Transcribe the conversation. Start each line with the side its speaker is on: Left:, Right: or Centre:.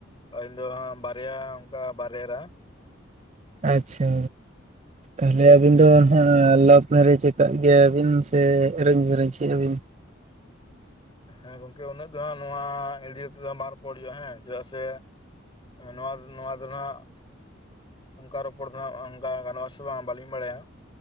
Left: ᱟᱹᱞᱤᱧ ᱫᱚ ᱦᱟ ᱵᱟᱨᱭᱟ ᱠᱟ ᱵᱟᱨᱮᱨᱟ
Right: ᱟᱪᱪᱷᱟ ᱛᱟᱦᱚᱞᱮ ᱟᱹᱵᱤᱱ ᱫᱚ ᱱᱟᱜ ᱞᱟᱵᱷ ᱢᱮᱨᱮᱡᱽ ᱟᱠᱟ ᱜᱮᱭᱟ ᱵᱤᱱ ᱥᱮ ᱮᱨᱮᱧ ᱢᱮᱨᱮᱧ ᱠᱮᱼᱟ ᱵᱤᱱ?
Left: ᱦᱮᱸ ᱜᱚᱝᱠᱮ ᱩᱱᱟᱹᱜ ᱫᱚ ᱦᱟᱜ ᱱᱚᱣᱟ ᱮᱲᱤᱭᱛᱮ ᱫᱚ ᱵᱟᱝ ᱨᱚᱯᱚᱲ ᱦᱩᱭᱩᱜᱼᱟ ᱦᱮᱸ ᱪᱮᱫᱟᱜ ᱥᱮ ᱱᱚᱣᱟ ᱱᱚᱣᱟ ᱫᱚ ᱱᱟᱦᱟᱜ ᱚᱱᱠᱟ ᱨᱚᱯᱚᱲ ᱫᱚ ᱦᱟᱸᱜ ᱚᱱᱠᱟ ᱜᱟᱱᱚᱜ ᱟᱥᱮ ᱵᱟᱝ ᱵᱟᱹᱞᱤᱧ ᱵᱟᱲᱟᱭᱟ ᱾